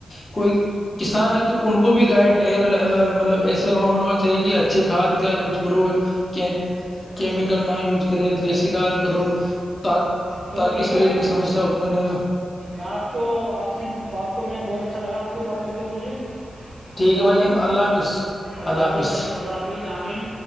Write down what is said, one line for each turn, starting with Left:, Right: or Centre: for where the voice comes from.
Left: کوئی کسان ہے تو ان کو بھی گائیڈ مطلب ایسے ہو ہم لوگنا چاہیے کہ اچھے کھاد کا یوز کرو کہ کیمیکل نہ یوز کرے دیسی کھاد
Right: جی
Left: کرو
Right: جی جی
Left: تا
Right: چلو
Left: تاکہ
Right: ٹھیک
Left: شریر
Right: ہے بھائیان
Left: کی سمسیا اتپن نہیں ہو
Right: میں آپ کو آپ کی بات کو میں بہت اچھا لگا آپ تو بات کر کے مجھے
Left: ٹھیک
Right: خدا
Left: ہے بھائی جان
Right: پی
Left: اللہ حافظ
Right: اللہ ح
Left: حافظ
Right: پی ب خدافی جامین